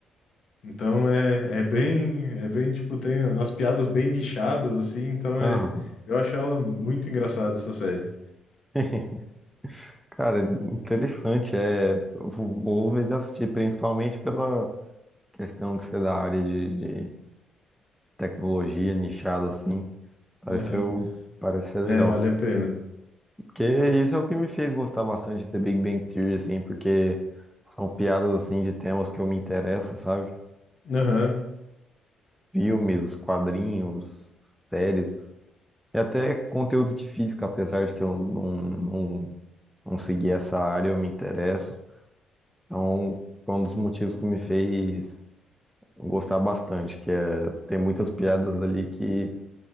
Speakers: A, on the left (about 60°); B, in the centre.
A: Então é, é bem, é bem, tipo, tem umas piadas bem nichadas, assim, então
B: Aham.
A: é, eu acho ela muito engraçada, essa série.
B: <laughs> Cara, interessante. É, eu vou vou ver de assistir, principalmente pela questão de ser da área de, de tecnologia, nichado assim. Pareceu,
A: Aham.
B: parece ser legal.
A: É, vale a pena.
B: Porque isso é o que me fez gostar bastante de The Big Bang Theory, assim, porque são piadas assim de temas que eu me interesso, sabe?
A: Aham,
B: Filmes, quadrinhos, séries, e até conteúdo de física, apesar de que eu não, não, não segui essa área, eu me interesso. Então, foi um dos motivos que me fez. gostar bastante, que é, tem muitas piadas ali que